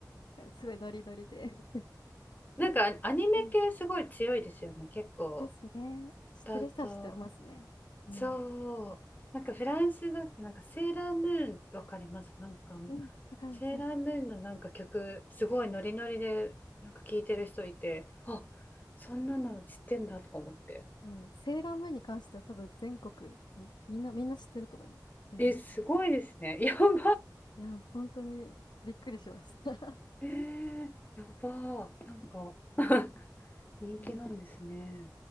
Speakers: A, on the left (about 85°); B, on the left (about 25°).
A: えすごいノリノリで。
B: なんかアニメ系すごい強いですよね。
A: うん。
B: 結構
A: ですね。知ってる人は知ってますね。
B: 歌うと。
A: うん。
B: そう。なんかフランスだっけ、なんかセーラームーンわかりますなんか、
A: うん。わかる。
B: セーラームーンのなんか曲、
A: そうそう。
B: すごいノリノリで、なんか聴いてる人いて、
A: うん
B: あ、そんなの知ってんだとか思って。
A: そうセーラームーンに関しては多分全国、んみんな、みんな知ってると思います。スウェーデン人。
B: え、すごいですね。<laughs> やば。
A: いや、本当にびっくりしました。
B: えー、やば。なんか
A: <laughs>
B: <laughs>、
A: うん。
B: 人気なんですね。
A: ね